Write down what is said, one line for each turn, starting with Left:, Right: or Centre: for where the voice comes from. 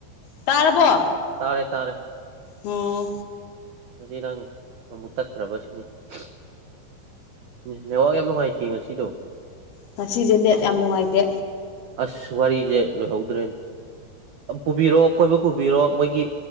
Left: ꯇꯥꯔꯔꯕꯣ
Right: ꯇꯥꯔꯦ ꯇꯥꯔꯦ
Left: ꯑꯣ
Right: ꯍꯥꯏꯗꯤ ꯅꯪ ꯑꯃꯨꯛ ꯇꯠꯈ꯭ꯔꯕ ꯁꯤꯅꯤꯉ ꯅꯨꯡꯉꯥꯏꯇꯦ ꯉꯁꯤꯗꯣ
Left: ꯉꯁꯤꯁꯦꯅꯦꯠ ꯌꯥꯝ ꯅꯨꯡꯉꯥꯏꯇꯦ
Right: ꯑꯁ ꯋꯥꯔꯤꯁꯦ ꯂꯣꯏꯍꯧꯗ꯭ꯔꯦꯅꯦ ꯄꯨꯕꯤꯔꯣ ꯀꯣꯏꯕ ꯄꯨꯕꯤꯔꯣ ꯃꯣꯏꯒꯤ